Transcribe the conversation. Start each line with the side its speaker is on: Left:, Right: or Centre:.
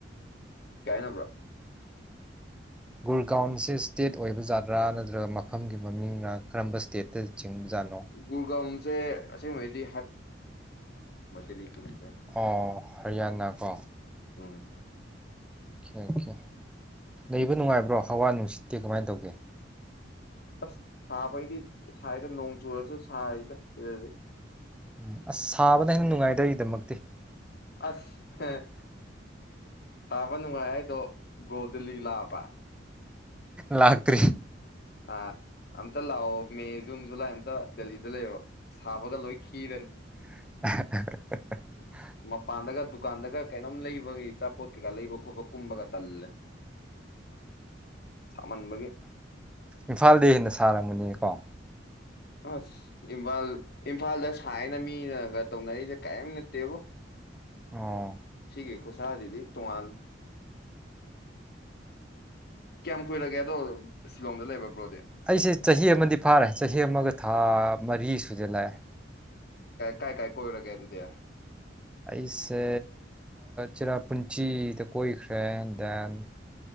Left: ꯀꯥꯏ ꯍꯥꯏꯅꯣ ꯕ꯭ꯔꯥ
Centre: ꯒꯨꯔꯒꯥꯎꯟꯁꯦ ꯏꯁꯇꯦꯠ ꯑꯣꯏꯕ ꯖꯥꯗ꯭ꯔꯥ ꯅꯠꯇ꯭ꯔꯒ ꯃꯐꯝꯒꯤ ꯃꯃꯤꯡꯅ ꯀꯔꯝꯕ ꯏꯁꯇꯦꯠꯇ ꯆꯤꯡꯕꯖꯥꯠꯅꯣ
Left: ꯒꯨꯔ ꯒꯣꯎꯟꯁꯦ ꯑꯁꯦꯡꯕꯩꯗꯤ <unintelligible>
Centre: ꯑꯣ ꯍꯔꯤꯌꯥꯅꯥ ꯀꯣ
Left: ꯎꯝ
Centre: ꯑꯣꯀꯦ ꯑꯣꯀꯦ ꯂꯩꯕ ꯅꯨꯡꯉꯥꯏꯕ꯭ꯔꯣ ꯍꯋꯥ ꯅꯨꯡꯁꯤꯠꯇꯦ ꯀꯃꯥꯏꯅ ꯇꯧꯒꯦ
Left: ꯑꯁ ꯁꯥꯕꯩꯗꯤ ꯁꯥꯏꯗ ꯅꯣꯡ ꯆꯨꯔꯁꯨ ꯁꯥꯏꯗ ꯁꯤꯕꯥ
Centre: ꯎ ꯑꯁ ꯁꯥꯕꯅꯥ ꯍꯦꯟꯅ ꯅꯨꯡꯉꯥꯏꯗꯔ ꯗꯃꯛꯇꯤ
Left: ꯑꯁ ꯄꯥꯕ ꯅꯨꯡꯉꯥꯏ ꯍꯥꯏꯗꯣ ꯒꯣꯕꯤꯂꯤꯂꯥꯕꯥ
Centre: ꯂꯥꯛꯇꯔꯤ
Left: ꯑꯥ ꯑꯝꯇ ꯂꯥꯛꯑꯣ ꯃꯦ ꯖꯨꯟ ꯖꯨꯂꯥꯏ ꯑꯃꯝꯇ ꯗꯦꯂꯤꯗ ꯂꯩꯌꯣ ꯁꯥꯕꯒ ꯂꯣꯏ ꯈꯤꯔꯅꯤ
Centre: <inaudible>
Left: ꯃꯄꯥꯟꯗꯒ ꯗꯨꯀꯥꯟꯗꯒ ꯀꯩꯅꯣꯝ ꯂꯩꯕꯒꯤ ꯑꯆꯥꯄꯣꯠ ꯀꯩꯀꯥ ꯂꯩꯕ ꯈꯣꯠꯄ ꯀꯨꯝꯕꯒ ꯇꯜꯂꯦ ꯁꯥꯃꯟꯕꯒꯤ
Centre: ꯏꯝꯐꯥꯜꯗꯦ ꯍꯦꯅ ꯊꯥꯔꯃꯒꯅꯤ ꯏꯇꯎ
Left: ꯑꯁ ꯏꯝꯐꯥꯜ ꯏꯝꯐꯥꯜꯗ ꯁꯥꯏꯅ ꯃꯤꯅꯒ ꯇꯧꯅꯔꯤꯁꯦ ꯛꯝ ꯅꯠꯇꯦꯕꯣ
Centre: ꯑꯣ
Left: ꯁꯤꯒꯤ ꯈꯨꯁꯥꯁꯤꯗꯤ ꯇꯣꯉꯥꯥꯟ ꯀꯌꯥꯝ ꯀꯨꯏꯔꯒꯦ ꯑꯗꯣ ꯁꯤꯂꯣꯡꯗ ꯂꯩꯕ ꯕ꯭ꯔꯣꯗꯤ
Centre: ꯑꯩꯁꯦ ꯆꯍꯤ ꯑꯃꯗꯤ ꯐꯥꯔꯦ ꯆꯍꯤ ꯑꯃꯒ ꯊꯥ ꯃꯔꯤ ꯁꯨꯖꯜ ꯂꯥꯛꯑꯦ
Left: ꯀꯥꯏ ꯀꯥꯏ ꯀꯣꯏꯔꯒꯦ ꯑꯗꯨꯗꯤ
Centre: ꯑꯩꯁꯦ ꯆꯔꯥ ꯄꯨꯨꯟꯁꯤꯗ ꯀꯣꯏꯈ꯭ꯔꯦ ꯗꯦꯟ